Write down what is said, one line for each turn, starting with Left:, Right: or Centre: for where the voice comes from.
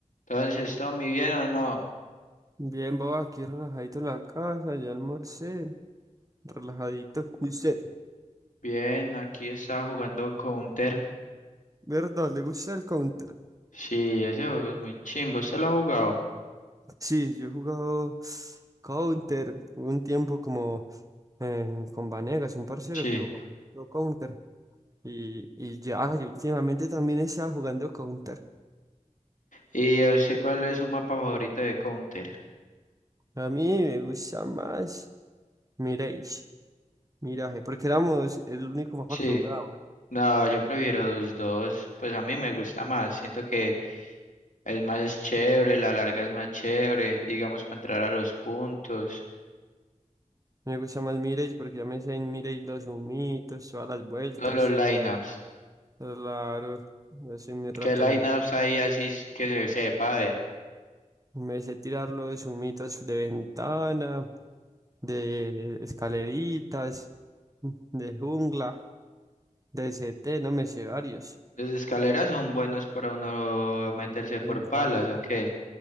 Left: Entonces, ¿Tommy bien o no?
Right: Bien, vos aquí relajadito en la casa, ya almorcé, relajadito. <laughs> Y usted,
Left: Bien, aquí estaba jugando Counter.
Right: ¿verdad? ¿Le gusta el Counter?
Left: Sí, ese juego es muy chimbo. ¿Usted lo ha jugado?
Right: Sí, yo he jugado Counter. Hubo un tiempo como eh, con Vanegas, un parcero
Left: Sí.
Right: que jugaba mucho Counter. Y, y ya, yo últimamente también estaba jugando Counter.
Left: ¿Y yo sé cuál es su mapa favorito de Counter?
Right: A mí me gusta más Mirage, Mirage, porque éramos el único mapa
Left: Sí.
Right: que jugaba.
Left: No, yo prefiero los dos. Pues a mí me gusta más. Siento que es más chévere, la larga es más chévere, digamos, para entrar a los puntos.
Right: Me gusta más Mirage porque ya me sé en Mirage los humitos, todas las vueltas.
Left: Todos los lineups.
Right: Claro, ese me ratón
Left: ¿Qué lineups
Right: en- el-
Left: hay así s- que se sepa A ver?
Right: me sé tirarlo de sumitos de ventana, de escaleritas, de jungla, de CT, no me sé varios.
Left: ¿Los de escaleras son buenos para uno meterse por
Right: En plan,
Left: palas o qué?